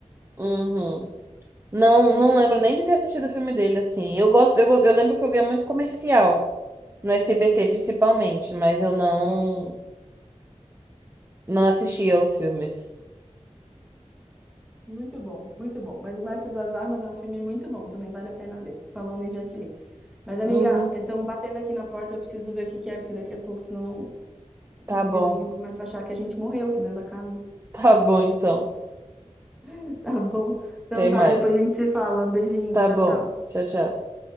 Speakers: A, on the right (about 20°); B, in the centre.
A: Uhum. Uhum. Não,
B: É muito
A: não lembro
B: bom.
A: nem de ter assistido o filme dele, assim. Eu gosto, eu, go- eu lembro que eu via muito comercial, no SBT principalmente, mas eu não não assistia aos filmes.
B: Muito bom, muito bom. Mas O Mestre das Armas é um filme muito bom, também vale a pena ver. Falando em Jet Li. Mas, amiga,
A: Uhum,
B: estão batendo aqui na porta, eu preciso ver o que que é, porque daqui a pouco, senão os
A: tá bom.
B: vizinhos
A: <laughs>
B: começam a achar que a gente morreu aqui dentro da casa.
A: Tá bom, então.
B: <laughs> Tá bom? Então
A: Até
B: tá,
A: mais.
B: depois a gente se fala. Um beijinho,
A: Tá
B: tchau,
A: bom.
B: tchau.
A: Tchau, tchau.